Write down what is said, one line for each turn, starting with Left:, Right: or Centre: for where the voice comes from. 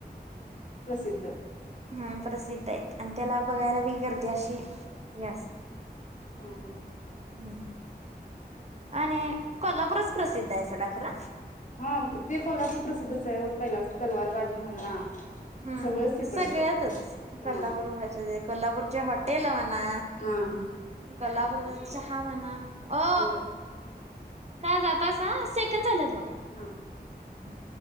Left: प्रसिद्ध
Right: ह प्रसिद्ध ते म्हणतात त्याला बघायला बी करते अशी यास
Left: हम हम
Right: ह् आणि कोल्हापूरच प्रसिद्ध आहे सोडा खर
Left: हा ते खोलास तर प्रसिद्धच आहे हो पहिलापासुनच तलवार बाजी म्हणा
Right: हम्म
Left: सगळंच तिकडचं
Right: सगळ्यातच
Left: हा
Right: कोल्हापूर भाषेचे व कोल्हापूरचे हॉट ये लव एन ना
Left: हा.
Right: ककोल्हापूरच सहा मना ओ
Left: होय
Right: काय जातासा सेकंद झालेत बघ.
Left: हा
Right: हम